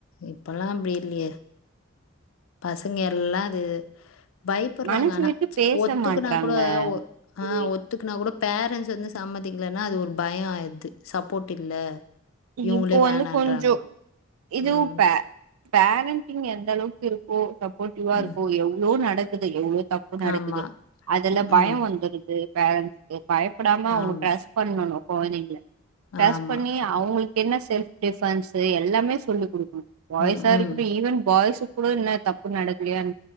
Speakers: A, on the left; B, on the right.
A: இப்பல்லா அப்டி இல்லையே பசங்க எல்லா அது பயப்படுறாங்க
B: மனசு
A: ஆனா
B: விட்டு பேச
A: ஒத்துக்குனா
B: மாட்றாங்க
A: கூட ஒ
B: தோழி
A: ஆ ஒத் த்துக்குனா கூட பேரண்ஸ் வந்து சம்திக்கலன்னா அது ஒரு பய ஆது சப்போர்ட் இல்ல இவங்களே
B: இப்போ
A: வேணான்றாங்க
B: வந்து கொஞ்சோ இதுவு
A: ம்
B: பே பேரண்டிங் எந்த அளவுக்கு இருக்கோ போட்டிவ்வா
A: ம்
B: இருக்கு எவ்வளோ நடக்குது எவ்வளோ தப்பு நடக்குது
A: ஆமா
B: அதுல
A: ம்ஹூம்
B: பய வந்துடுது பேரன்ஸ்க்கு பயப்படாம அவுங்க
A: ஆமா,
B: ட்ரஸ் பண்ணு கொழந்தைங்கல ட்ரஸ்
A: ஆமா.
B: பண்ணி அவுங்களுக்கு என்ன செல்ப் டிஃபன்ஸ் எல்லாமே சொல்லிக் குடுக்கணு பாய்ஸா
A: ம்,
B: இருக்கட்டு
A: ம்,
B: ஈவன் பாய்ஸ் கூடன தப்பு நடக்கலயா